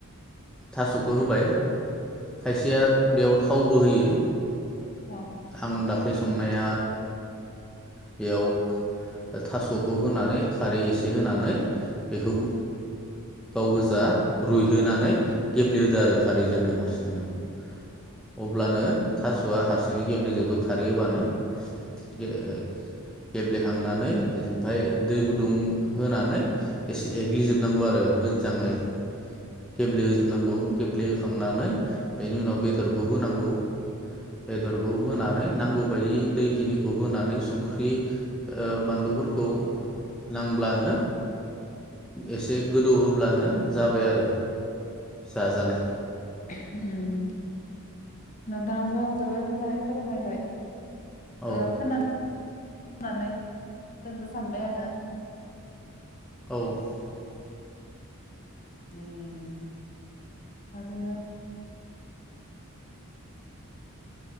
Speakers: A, in the centre; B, on the left.
A: थास'खौ होबाय। खायसेया बेयाव था थावबो होयो।
B: औ।
A: आं दाख्लै संनाया बेयाव थास'खौ होनानै खारै एसे होनानै बेखौ गाव गोजा रुइहोनानै गेब्लेहोदो आरो खारैजोनो हारसिंनो अब अब्लानो थास'आ हारसिंनो गेब्लेजोबो खारैहोबानो। <unintelligible> गेब्लेखांनानै ओमफ्राय दै गुदुं होनानै एसे एग्लिजोबनांगौ आरो मोजाङै। गेब्ले होजोबनांगौ। गेब्लेहोखांनानै बेनि उनाव बेदरखौ होनांगौ। बेदरखौ होनानै नांगौ बायदि दैखिनिखौ होनानै संख्रि ओ बानलुफोरखौ नांब्लानो एसे गो गोदौ होब्लानो जाबाय आरो जाजानाय।
B: <unintelligible> नोंथाङाथ' जबोर मोजाङै फोरमायबाय।
A: औ
B: ओ खोनानो <unintelligible> सानबाय आङो।
A: <inaudible>
B: उ आरो